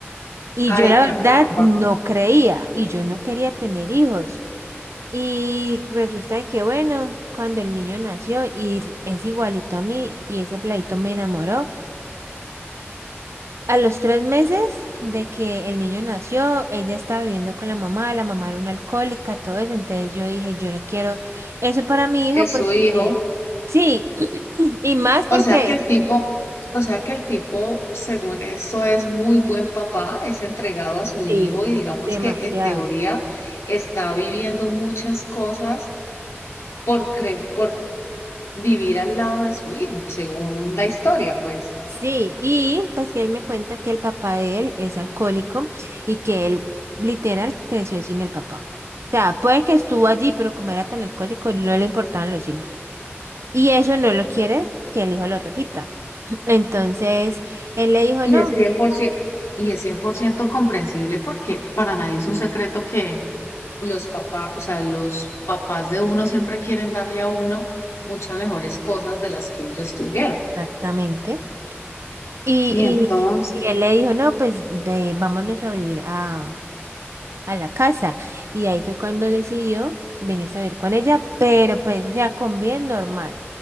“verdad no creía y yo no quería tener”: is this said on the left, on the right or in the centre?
Right